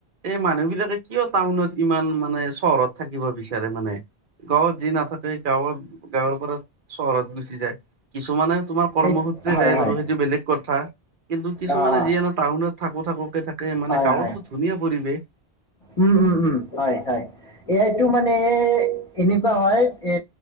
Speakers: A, on the right (about 55°); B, on the left (about 35°).
A: এই মানুহবিলাকে কিয় টাউনত ইমান মানে চহৰত থাকিব বিচাৰে মানে। গাঁৱত যি নাথাকে গাঁৱত-গাঁৱৰ পৰা চহৰত গুচি যায়, কিছুমানে তোমাৰ
B: সেই হয়
A: যায়
B: হয়
A: বাৰু সেইটো বেলেগ কথা, কিন্তু কিছুমানে
B: অ' অ'
A: যিয়ে টাউনত থাকো-থাকো কে মানে
B: হয়
A: গাঁৱততো
B: হয়
A: ধুনীয়া পৰিৱেশ।
B: উম, উম, উম, হয়, হয়, এইটো মানে এনেকুৱা হয় এ